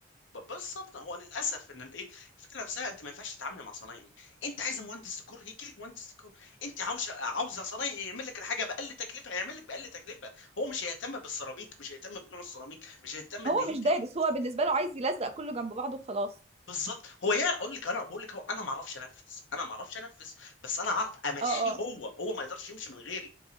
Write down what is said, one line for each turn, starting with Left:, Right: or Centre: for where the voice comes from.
Left: ب- بالظبط هو للاسف ان الايه الفكره نفسها انت ما ينفعش تتعامل مع صنايعي انت عايز مهندس ديكور هيجي لك مهندس ديكور انت عاوزه عاوزه صنايعي يعمل لك الحاجه باقل تكلفه هيعمل لك باقل تكلفه هو مش هيهتم بالسيراميك مش هيهتم بنوع السيراميك مش هيهتم ان
Right: هو
Left: يمكن
Right: مش دارس هو بالنسبة له عايز يلزق كله جنب بعضه وخلاص
Left: بالظبط هو يا اقول لك انا بقول لك هو انا ما اعرفش انفذ انا ما اعرفش انفذ بس انا اعرف امشيه
Right: اه اه
Left: هو هو ما يقدرش يمشي من غيري